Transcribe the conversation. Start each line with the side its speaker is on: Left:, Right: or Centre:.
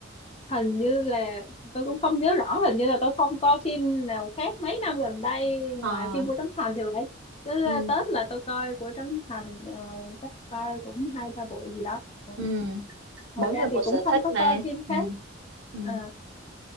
Left: hình như là tôi cũng không nhớ rõ hình như là tôi không coi phim nào khác mấy năm gần đây ngoài
Right: Ờ
Left: phim của Trấn Thành thì vậy cứ
Right: ừ.
Left: Tết là tôi coi của Trấn Thành ờ, chắc coi cũng hai ba bộ gì đó Ừ.
Right: Ừ.
Left: ngoài
Right: Mỗi
Left: ra
Right: người
Left: thì
Right: một
Left: cũng
Right: sở
Left: không
Right: thích
Left: có coi
Right: mà.
Left: phim
Right: Ừ.
Left: khác
Right: Ừ.
Left: à,